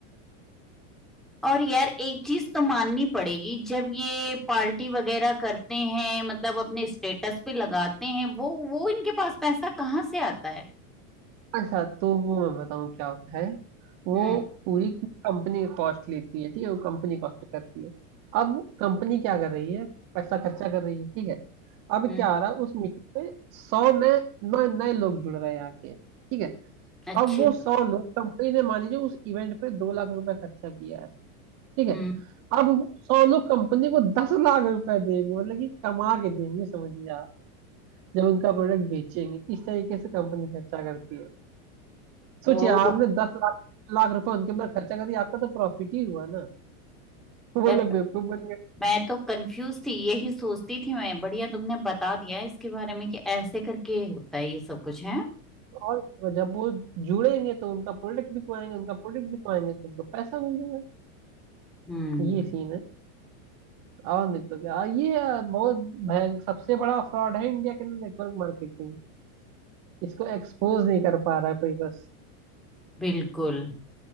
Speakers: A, in the centre; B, on the right.
A: और यार एक चीज तो माननी पड़ेगी जब ये पार्टी वगैरह करते हैं मतलब अपने स्टेटस पे लगाते हैं वो वो इनके पास पैसा कहाँ से आता है
B: अच्छा तो वो मैं बताऊँ क्या होता है वो
A: हम्म
B: पूरी कंपनी का कॉस्ट लेती है ठीक है वो कंपनी कॉस्ट करती है अब कंपनी क्या कर रही है पैसा खर्चा कर रही है ठीक है अब
A: हम्म,
B: क्या आ रहा है उस मीटिंग में सौ नए नए नए लोग जुड़ रहे हैं आके ठीक है
A: अच्छा
B: अब वो सौ लोग कंपनी ने मान लीजिए उस इवेंट पे दो लाख रुपए खर्चा किया है ठीक है
A: हम्म
B: अब वो सौ लोग कंपनी को दस लाख रुपए देंगे मतलब कि कमा के देंगे समझिए आप जब उनका प्रोडक्ट बेचेंगे इस तरीके से कंपनी खर्चा करती है सोचिए
A: ओ
B: आपने दस लाख लाख रुपए उनके ऊपर खर्चा कर दिया आपका तो प्रॉफिट ही हुआ ना <laughs> वो
A: यार
B: लोग बेवकूफ बन गए
A: मैं तो कंफ्यूज थी यही सोचती थी मैं बढ़िया तुमने बता दिया इसके बारे में कि ऐसे करके होता है ये सब कुछ है
B: और जब वो जुड़ेंगे तो उनका प्रोडक्ट बिकवाएंगे उनका प्रोडक्ट बिकवाएंगे तो उनको पैसा मिलेगा
A: हम्म
B: ये सीन है और नहीं तो क्या ये बहुत भय सबसे बड़ा फ्रॉड है इंडिया के अंदर नेटवर्क मार्केटिंग इसको एक्सपोज नहीं कर पा रहा कोई बस
A: बिल्कुल